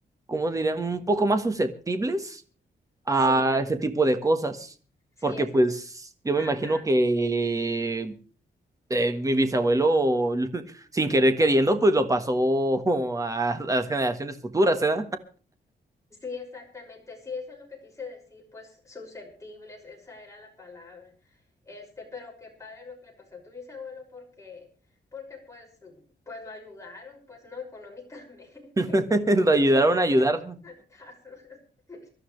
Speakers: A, on the right; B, on the left.
A: cómo diría? Un poco más susceptibles a
B: Sí,
A: ese tipo de cosas.
B: sí
A: Porque
B: es,
A: pues yo
B: ajá,
A: me imagino que eh, mi bisabuelo, <laughs> sin querer queriendo, pues lo pasó <laughs> a, a las generaciones futuras, ¿eh?
B: sí, exactamente, sí, eso es lo que quise decir, pues susceptibles, esa era la palabra. Este, pero qué padre lo que le pasó a tu bisabuelo porque, porque pues, pues lo ayudaron, pues, ¿no? Económicamente.
A: <laughs>
B: <laughs>
A: Lo ayudaron
B: Yo quisiera
A: a ayudar,
B: esos fantasmas. <laughs>